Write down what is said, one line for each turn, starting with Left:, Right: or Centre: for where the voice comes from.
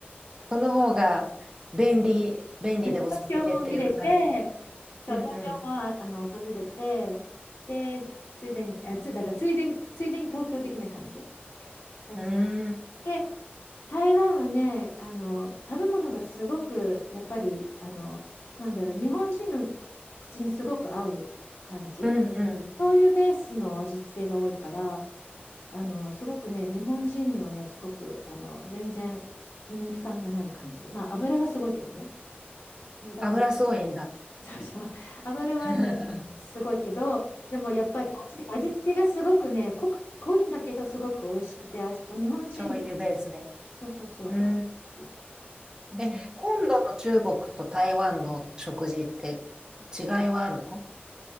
Right: その方が便利、便利でおすすめっていうか、
Left: 東京も見れて、
Right: う
Left: そう、
Right: んうん。
Left: 東京もああの訪れて、で、ついでに、あ、つ、だからついでに、ついでに東京的な感じ。そうそう。
Right: うーん、
Left: で台湾はね、あの食べ物がすごくやっぱりあのなんだろう日本人の口にすごく合う感じ
Right: うんうん。
Left: そういうベースの味付けが多いからあのすごくね日本人にはねすごくあの全然胃に負担がない感じまあ油がすごいけどねそうだから
Right: 油すごいんだ。
Left: <laughs> そうそう油はね
Right: <laughs>
Left: すごいけどでもやっぱり味、味付けがすごくね濃く、濃いんだけどすごく美味しくて味日本人
Right: 醤油ベースで。
Left: そうそうそう合う感じ
Right: うん。
Left: うん
Right: え、本土の中国と台湾の食事って違いはあるの